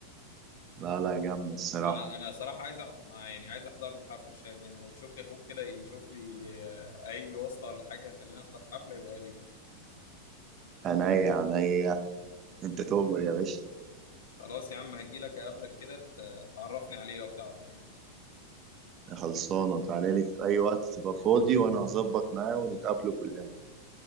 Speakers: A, on the right; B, on the left.
A: لا لا جامد الصراحة
B: انا انا صراحة عايز احضر يعني عايز احضر له حفلة الشاب يعني لو تشوف لي اخوك كده يشوف لي آه، اي واسطة ولا حاجة يخليني احضر حفلة يبقى يا ريت
A: عينيا عينيا انت تؤمر يا باشا
B: خلاص يا عم هجيلك اقابلك كده ت- تعرفني عليه لو تعرف يعني
A: خلصانة تعالى لي في أي وقت تبقى فاضي وأنا هظبط معاه ونتقابله كلنا